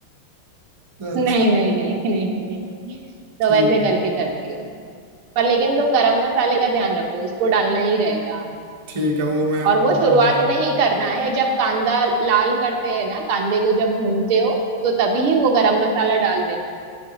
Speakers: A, on the right (about 80°); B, on the right (about 45°).
A: <laughs>
B: <laughs> अच्छा
A: नहीं नहीं नहीं नहीं नहीं तो
B: ठीक
A: वैसे करके करती हूँ मैं पर लेकिन तुम गरम मसाले का ध्यान रखो उसको डालना ही रहेगा
B: ठीक है वो मैं अच्छे
A: और वो शुरुआत
B: से
A: में ही करना है जब कांदा लाल करते हैं ना कांदे को जब भूनते हो तो तभी ही वो गरम मसाला डाल देना